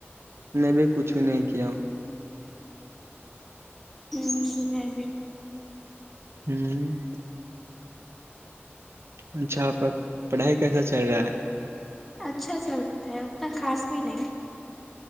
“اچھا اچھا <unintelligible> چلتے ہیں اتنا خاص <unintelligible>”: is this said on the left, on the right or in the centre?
Centre